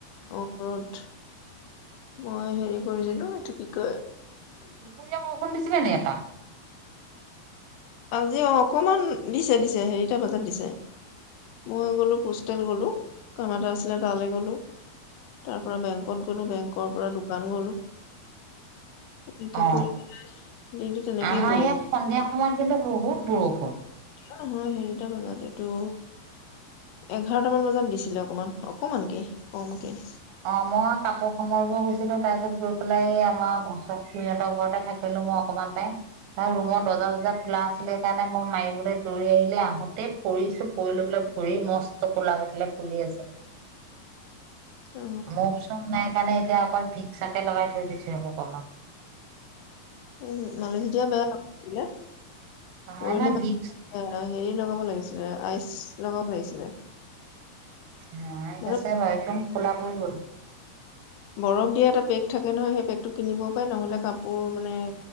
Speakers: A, on the left; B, on the right.
A: অ ৰদ। মই হেৰি কৰিছিলো এইটো কি কয়
B: দুপৰীয়া বৰষুণ দিছিলে নি এটা?
A: আজি অ অকমান দিছে দিছে হেৰিটা বজাত দিছে মই গ'লো পোষ্টেল গ'লো কাম এটা আছিলে তালে গ'লো। তাৰপৰা বেংকত গলো বেংকৰ পৰা দোকান গলো। এনেকে
B: অ
A: কৰি দিনটো তেনেকেই
B: আমাৰ
A: গ'ল
B: ইয়াত
A: আজি
B: সন্ধিয়া সময়ত কিন্তু বহুত বৰষুণ।
A: নহয় হেৰিটা বজাত এইটো এঘাৰটামান বজাত দিছিলে অকমান অকমানকে কমকে।
B: অ মই কাপোৰ সামৰিব গৈছিলো তাৰপিছত গৈ পেলাই এই আমাৰ ওচৰৰ খুৰীহতৰ ঘৰতে থাকিলো মই অকমান টাইম ৰুমৰ দৰ্জা-চৰ্যা খোলা আছি সেইকাণে মই মাৰিবলৈ দৌৰি আহিলে আহোঁতেই পৰিছোঁ পৰি লৈ পেলাই ভৰি মস্ত কোলা হৈ পেলাই ফুলি আছে
A: অ
B: মোভ চোভ নাই কাৰণে এতিয়া অকল ভিকচকে লগাই থৈ দিছে সেই অকন
A: উম মালিচটোৱে বেয়া কাম কৰিলে
B: নাই নাই
A: পৰিলে
B: ভিক্স
A: <unintelligible> হেৰি লগাব লাগিছিলে আইচ লগাব লাগিছিলে
B: অ আইচ
A: মানে
B: আছে বাৰু একদম কোলা পৰি গল
A: বৰফ দিয়া এটা পেক থাকে নহয় সেই বেগটো কিনিবও পাই নহলে কাপোৰ মানে